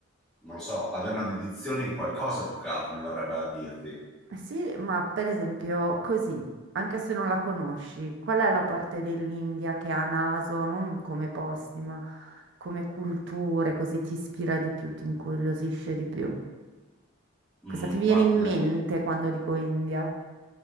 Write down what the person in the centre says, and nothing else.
non lo so, avere una dedizione in qualcosa più che altro, mi verrebbe da dirti.
Mm,
parte
del